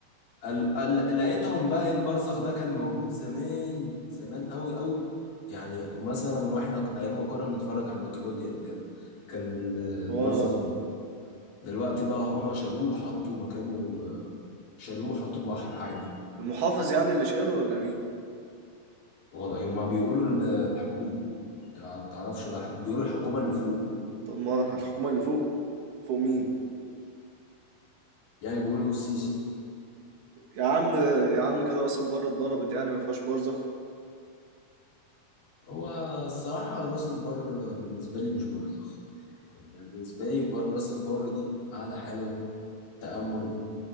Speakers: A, on the left; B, on the right.
A: ال- ال- لقيتهم بقى ايه البرزخ ده كان موجود زمان زمان قوي قوي يعني مثلا واحنا ك- ايام ما كنا بنتفرج على نيكلوديان كده كان ال-
B: اه
A: البرزخ ده دلوقتي بقى هم شالوه حطوا مكانه شالوه حطوا بحر عادي
B: المحافظ يعني اللي شاله ولا مين
A: والله يوم ما بيقولوا ال- الحكومة ما تعرفش بقى الح- بيقولوا الحكومة اللي فوق
B: طب ما <laughs> الحكومة اللي فوق فوق مين
A: يعني بيقولوا السيسي
B: يا عم يا عم كده راس البر اتضربت يعني ما فيهاش برزخ
A: هو الصراحة راس البر بالنسبة لي مش برزخ يعني بالنسبة لي بر- راس البر دي قعدة حلوة تأمل